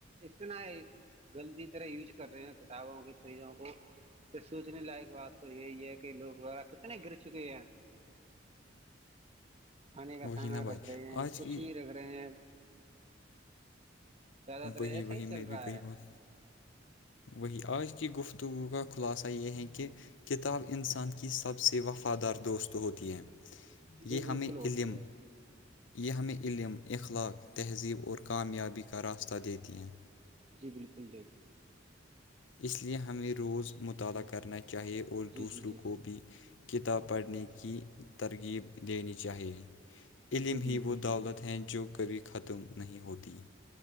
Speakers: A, on the right (about 35°); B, on the left (about 75°).
A: اتنا ہے گلطی طرح یوز کر رہے ہیں کتابوں کے پیزوں کو تو سوچنے لائق بات تو یہی ہے کہ لوگ وارا کتنے گر چکے ہیں کھانے کا
B: وہ
A: سامان
B: نا بھائی
A: رکھ رہے ہیں
B: آج
A: کچھ
B: کی
A: بھی رکھ رہے ہیں زیادہ تر
B: وہی
A: ایسا
B: وہی
A: ہی
B: میں
A: چل
B: بھی
A: رہا
B: وہی
A: ہے
B: بہت وہی آج کی گفتگو کا خلاصہ یہ ہے کہ کتاب انسان کی سب سے وفادار دوست ہوتی ہے
A: جی
B: یہ
A: بالکل
B: ہمیں
A: ہوتی
B: علم
A: ہے
B: یہ ہمیں علم اخلاق تہذیب اور کامیابی کا راستہ دیتی ہیں
A: جی بالکل دیکھیا
B: اس لیے ہمیں روز مطالعہ کرنا چاہیے اور
A: جی
B: دوسروں
A: جی جی
B: کو بھی کتاب پڑھنے کی ترغیب دینی چاہیے علم
A: جی بالکل
B: ہی وہ
A: بالکل
B: دولت ہیں جو کبھی ختم نہیں ہوتی